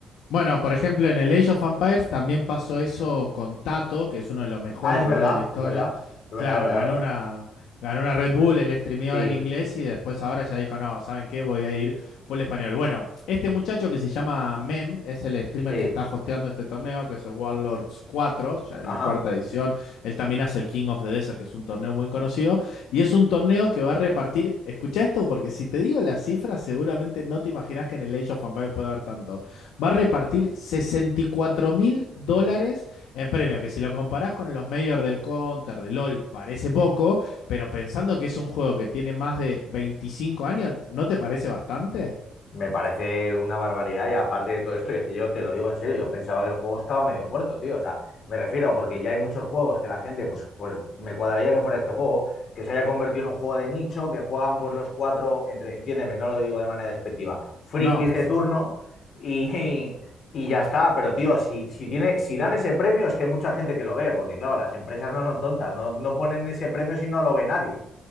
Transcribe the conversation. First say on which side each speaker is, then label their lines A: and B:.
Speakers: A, on the left (about 85°); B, on the left (about 55°).
A: Bueno, por ejemplo, en el Age of Empires también pasó eso con Tato, que es uno de los mejores
B: Ah, es
A: jugadores
B: verdad,
A: de la historia.
B: es verdad, es verdad,
A: Claro,
B: es verdad,
A: ganó
B: es verdad.
A: una, ganó una Red Bull, él streameaba
B: Sí,
A: en inglés y después ahora ya dijo, no, ¿saben qué? Voy a ir full español. Bueno, este muchacho que se llama Mem es el streamer
B: sí,
A: que está hosteando este torneo, que es el Warlords cuatro, ya es
B: ajá.
A: la cuarta edición. Él también hace el King of the Desert, que es un torneo muy conocido. Y es un torneo que va a repartir, escucha esto, porque si te digo las cifras, seguramente no te imaginas que en el Age of Empires puede haber tanto va a repartir sesenta y cuatro mil dólares en premio, que si lo comparás con los mayores del Counter, del LOL, parece poco, pero pensando que es un juego que tiene más de 25 años, ¿no te parece bastante?
B: Me parece una barbaridad y aparte de todo esto, y es que yo te lo digo en serio, yo pensaba que el juego estaba medio muerto, tío. O sea, me refiero porque ya hay muchos juegos que la gente, pues, pues me cuadraría que fuera este juego, que se haya convertido en un juego de nicho, que juegan pues los cuatro, entre, entiéndeme, no lo digo de manera despectiva, frikis
A: No, por
B: de
A: su-
B: turno y, y ya está. Pero, tío, si, si, tiene, si dan ese premio es que hay mucha gente que lo ve, porque claro, las empresas no son tontas, no, no ponen ese premio si no lo ve nadie.